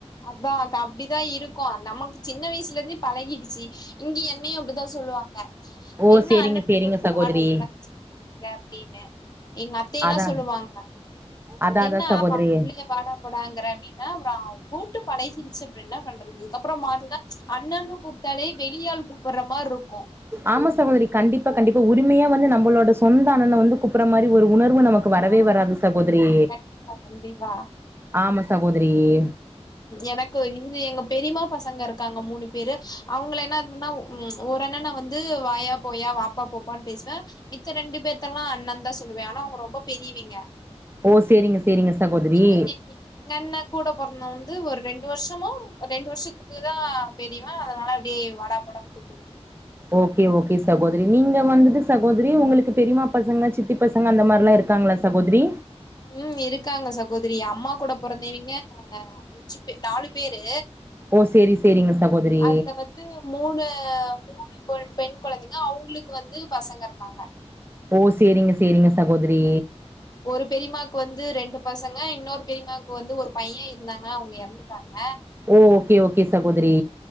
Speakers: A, on the left; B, on the right.
A: அதான் கா அப்படிதா இருக்கும் நம்மக்கு சின்ன வயசுல இருந்தே பழகிடுச்சு இங்க என்னையும் அப்படித்தான் சொல்லுவாங்க
B: ஓ
A: என்ன
B: சேரிங்க
A: அண்ணன
B: சேரிங்க
A: போயி
B: சகோதரி
A: வாட போடா சோல் அப்படின்னு எங்க அத்தைைய எல்லாம்
B: அதா
A: சொல்லுவாங்க
B: அதா
A: என்ன
B: அதா சகோதரி
A: பாள்ளையே வாடா போடாங்கற அப்படின்னா வா கூட்டு பழகிரிச்சு அப்ரோ என்ன பண்றது அதுக்கப்புறம் மாறந்தா அண்ணன்னு கூப்பிட்டாலே வெளியால் கூப்புற மாருக்கும்
B: ஆமா சகோதரி கண்டிப்பா கண்டிப்பா உரிமையா வந்து நம்மளோட சொந்த அண்ணன வந்து கூப்புற மாரி வரு உணர்வு நமக்கு வரவே
A: ஆ
B: வராது சகோதரி
A: கண்டிப்பா கண்டிப்பா
B: ஆமா ச சகோதிரியே
A: எனக்கு இது எங்க பெரியமாப் பசங்க இருக்காங்க மூணு பேரு அவங்க என்ன இருன்னா ஒரு அனன்ன வந்து வாயா போயா வாப்பா போப்பான்னு பேசுவேன் மிச்சம் ரெண்டு பேத்தல்லாம் அண்ணன் தான் சொல்லுவ ஆனா அவங்க ரொம்ப பெரியவங்க
B: ஓ சேரிங்க சேரிங்க
A: <inaudible>
B: சகோதரி
A: எங்க அண்ண கூட போரந்த ரெண்டு வருஷமும் ரெண்டு வருஷத்துக்கு தான் பெரியவ அதனால அப்படியே வடாப் போடானு கூப்டு
B: ஓகே ஓகே சகோதரி நீங்க வந்துட்டு சகோதரி உங்களுக்கு பெரியமா பசங்க சித் தி பசங்க அந்த மாரிலாம் இருக்காங்களா சகோதிரி
A: உம் இருக்காங்க சகோதரி அம்மா கூட போறந்தைவங்க அஞ்சு பேர் நாலு பேரு
B: ஓ சேரி சேரிங்க சகோதரி
A: அதுல வந்து மூணு மூணு போன் பெண் குழந்தைங்க அவங்களுக்கு வந்து பசங்க இருக்காங்க
B: ஓ சேரிங்க சேரிங்க சகோதரி
A: ஒரு பெரியமாக்கு வந்து ரெண்டு பசங்க இன்னொரு பெரியமாவுக்கு வந்து ஒரு பையன் இருந்தாங்க அவங்க எறந்துட்டாங்க
B: ஓ ஓகே ஓகே சகோதிரி